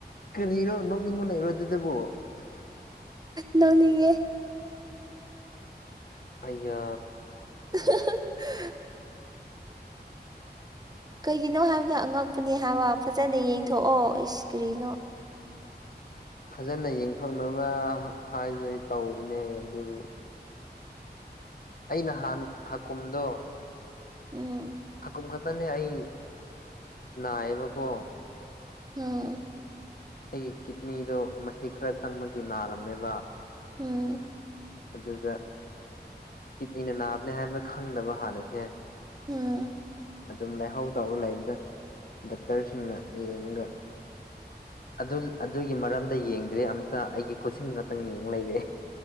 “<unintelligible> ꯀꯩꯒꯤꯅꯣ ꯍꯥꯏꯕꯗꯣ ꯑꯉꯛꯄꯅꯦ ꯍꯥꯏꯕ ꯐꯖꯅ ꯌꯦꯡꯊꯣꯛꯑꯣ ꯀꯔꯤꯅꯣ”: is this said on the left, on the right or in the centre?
Right